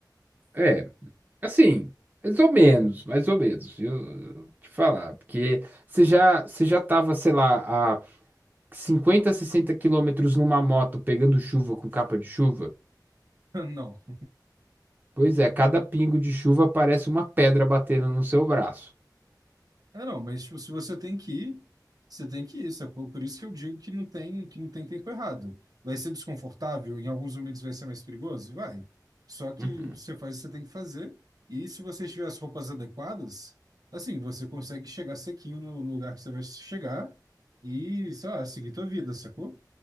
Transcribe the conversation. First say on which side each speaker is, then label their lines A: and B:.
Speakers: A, on the right; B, on the right.
A: É, assim, mais ou menos, mais ou menos, viu? Eu Te falar, porque você já, você já tava, sei lá, 50 60 quilômetros numa moto pegando chuva com capa de chuva?
B: <laughs> Não.
A: Pois é, cada pingo de chuva parece uma pedra batendo no seu braço.
B: É, não, mas tipo, se você tem que ir, você tem que ir, sacou? Por isso que eu digo que não tem, que não tem tempo errado. Vai ser desconfortável, em alguns momentos vai ser mais perigoso? Vai. Só que
A: Uhum,
B: você faz o que você tem que fazer, e se você tiver as roupas adequadas, assim, você consegue chegar sequinho no, no lugar que você vai chegar e, sei lá, seguir tua vida, sacou?